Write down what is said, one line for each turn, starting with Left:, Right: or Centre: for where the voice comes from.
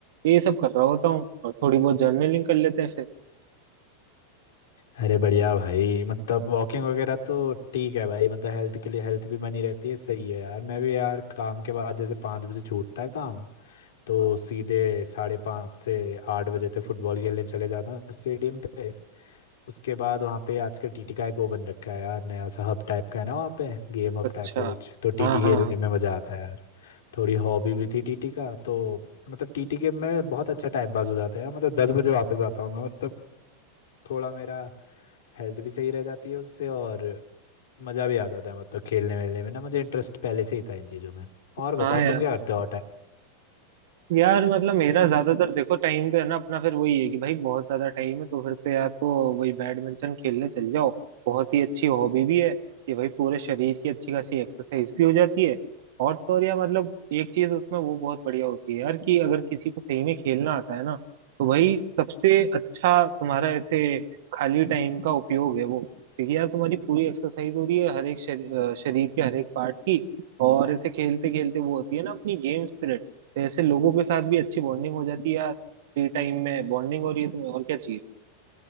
Right: ये सब कर रहा होता हूँ और थोड़ी बहुत जर्नलिंग कर लेते हैं फिर
Left: अरे बढ़िया भाई मतलब वॉकिंग वगैरह तो ठीक है भाई मतलब हेल्थ के लिए हेल्थ भी बनी रहती है सही है यार मैं भी यार काम के बाद जैसे पाँच बजे छूटता है काम तो सीधे साढ़े पाँच से आठ बजे तक फुटबॉल खेलने चले जाता हूँ स्टेडियम पे उसके बाद वहाँ पे आजकल टीटी का एक वो बन रखा है यार नया सा हब टाइप का है ना वहाँ पे गेम हब
Right: अच्छा
Left: टाइप का कुछ तो टीटी
Right: हाँ
Left: खेलने
Right: हाँ हाँ
Left: में मजा आता है यार थोड़ी हॉबी भी थी टीटी का तो मतलब टीटी गेम में बहुत अच्छा टाइम पास हो जाता है यार मतलब दस बजे वापस आता हूँ मैं मतलब थोड़ा मेरा हेल्थ भी सही रह जाती है उससे और मज़ा भी आ जाता है मतलब खेलने वेलने में ना मुझे इंटरेस्ट पहले से ही था इन चीज़ों में और बताओ
Right: हाँ यार
Left: तुम क्या करते हो और टाइम
Right: यार मतलब मेरा ज्यादातर देखो टाइम तो है ना अपना फिर वही है कि भाई बहुत ज्यादा टाइम है तो फिर तो यार तो वही बैडमिंटन खेलने चल जाओ बहुत ही अच्छी हॉबी भी है कि भाई पूरे शरीर की अच्छी खासी एक्सरसाइज भी हो जाती है और तो और यार मतलब एक चीज उसमें वो बहुत बढ़िया होती है यार कि अगर किसी को सही में खेलना आता है ना तो भाई सबसे अच्छा तुम्हारा ऐसे खाली टाइम का उपयोग है वो क्योंकि यार तुम्हारी पूरी एक्सरसाइज हो रही है हर एक शरी, अ, शरीर के हर एक पार्ट की और ऐसे खेलते खेलते वो होती है ना अपनी गेम स्पिरिट तो ऐसे लोगों के साथ भी अच्छी बॉन्डिंग हो जाती है यार फ्री टाइम में बॉन्डिंग हो रही है तुम्हें और क्या चाहिए